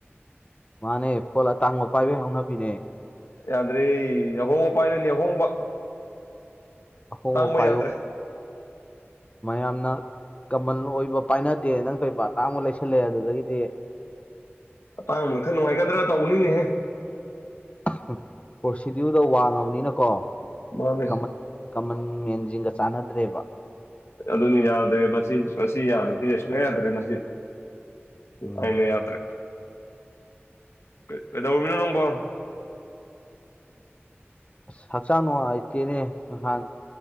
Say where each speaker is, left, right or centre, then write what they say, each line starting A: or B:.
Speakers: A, on the left (about 30°); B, on the left (about 85°).
A: ꯃꯥꯅꯦ ꯐꯣꯜ ꯑꯇꯥꯡꯕ ꯄꯥꯏꯕꯩ ꯍꯧꯅꯕꯤꯅꯦ
B: ꯌꯥꯗ꯭ꯔꯦ ꯑꯍꯣꯡꯕ ꯄꯥꯏꯔꯅꯤ ꯑꯍꯣꯡꯕ
A: ꯑꯍꯣꯡꯕ
B: ꯑꯇꯥꯡꯕ
A: ꯄꯥꯏꯌꯣ
B: ꯌꯥꯗ꯭ꯔꯦ
A: ꯃꯌꯥꯝꯅ ꯀꯃꯜ ꯑꯣꯏꯕ ꯄꯥꯏꯅꯗꯦ ꯅꯪꯇꯣꯏꯕ ꯑꯇꯥꯡꯕ ꯂꯩꯁꯜꯂꯦ ꯑꯗꯨꯗꯩꯗꯤ
B: ꯑꯇꯥꯡꯕꯅ ꯈꯔ ꯅꯨꯡꯉꯥꯏꯒꯗ꯭ꯔ ꯇꯧꯕꯅꯤꯅꯦꯍꯦ
A: <unintelligible> ꯄ꯭ꯔꯣꯁꯤꯗꯤ꯭ꯌꯨꯗꯣ ꯋꯥꯡꯉꯕꯅꯤꯅꯀꯣ
B: ꯃꯥꯅꯦ
A: ꯀꯃꯟ ꯀꯃꯟ ꯃꯦꯟꯁꯤꯡꯒ ꯆꯥꯟꯅꯗ꯭ꯔꯦꯕ
B: ꯑꯗꯨꯅꯤ ꯌꯥꯗ꯭ꯔꯦ ꯃꯁꯤ ꯃꯁꯤ ꯌꯥꯗ꯭ꯔꯦ ꯁꯤ ꯁꯨꯡꯌꯥ ꯌꯥꯗ꯭ꯔꯦ ꯃꯁꯤ
A: ꯎꯝ
B: ꯑꯩꯅ ꯌꯥꯗ꯭ꯔꯦ ꯀꯩ ꯀꯩꯗꯧꯔꯝꯃꯤꯅꯣ ꯅꯪꯕꯣ
A: ꯑꯁ ꯍꯛꯆꯥꯡ ꯅꯨꯡꯉꯥꯏꯇꯦꯅꯦ ꯅꯍꯥꯟ